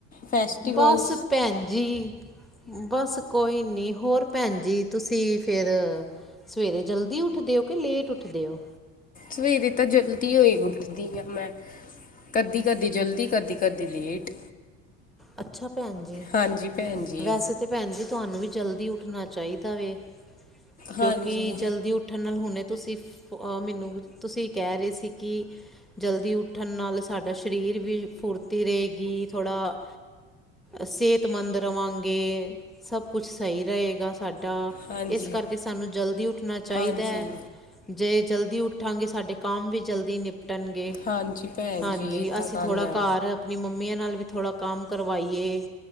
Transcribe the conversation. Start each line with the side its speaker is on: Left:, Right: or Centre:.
Left: ਫੈਸਟੀਵਲਸ
Centre: ਬਸ ਭੈਣ ਜੀ। ਬਸ ਕੋਈ ਨੀ ਹੋਰ ਭੈਣ ਜੀ, ਤੁਸੀਂ ਫੇਰ ਸਵੇਰੇ ਜਲਦੀ ਉੱਠਦੇ ਓ, ਕਿ ਲੇਟ ਉੱਠਦੇ ਓ?
Left: ਸਵੇਰੇ ਤਾਂ ਜਲਦੀ ਹੋਈ ਉੱਠਦੀ ਆ ਮੈਂ ਕਦੀ-ਕਦੀ ਜਲਦੀ, ਕਦੀ-ਕਦੀ ਲੇਟ
Centre: ਅੱਛਾ, ਭੈਣ ਜੀ।
Left: ਹਾਂਜੀ ਭੈਣ ਜੀ
Centre: ਵੈਸੇ ਤੇ ਭੈਣ ਜੀ, ਤੁਹਾਨੂੰ ਵੀ ਜਲਦੀ ਉੱਠਣਾ ਚਾਹੀਦਾ ਵੈ ਕਿਉਂਕਿ
Left: ਹਾਂਜੀ
Centre: ਜਲਦੀ ਉੱਠਣ ਨਾਲ ਹੁਣੇ ਤੁਸੀਂ ਫ ਅਹ ਮੈਨੂੰ ਤੁਸੀਂ ਕਹਿ ਰਹੇ ਸੀ ਕੀ ਜਲਦੀ ਉੱਠਣ ਨਾਲ ਸਾਡਾ ਸਰੀਰ ਵੀ ਫੁਰਤੀ ਰਹੇਗੀ, ਥੋੜ੍ਹਾ ਸਿਹਤਮੰਦ ਰਵਾਂਗੇ ਸਭ ਕੁਛ ਸਹੀ ਰਹੇਗਾ ਸਾਡਾ,
Left: ਹਾਂਜੀ
Centre: ਇਸ ਕਰਕੇ ਸਾਨੂੰ ਜਲਦੀ ਉੱਠਣਾ ਚਾਈਦਾ
Left: ਹਾਂਜੀ
Centre: ਐ। ਜੇ ਜਲਦੀ ਉੱਠਾਂਗੇ, ਸਾਡੇ ਕੰਮ ਵੀ ਜਲਦੀ ਨਿਪਟਣਗੇ।
Left: ਹਾਂਜੀ ਭੈਣ
Centre: ਹਾਂਜੀ,
Left: ਜੀ ਇਹ ਤਾਂ
Centre: ਅਸੀਂ
Left: ਗੱਲ
Centre: ਥੋੜ੍ਹਾ
Left: ਹੈ
Centre: ਘਰ ਆਪਣੀ ਮੰਮੀਆਂ ਨਾਲ ਵੀ ਥੋੜਾ ਕੰਮ ਕਰਵਾਈਏ।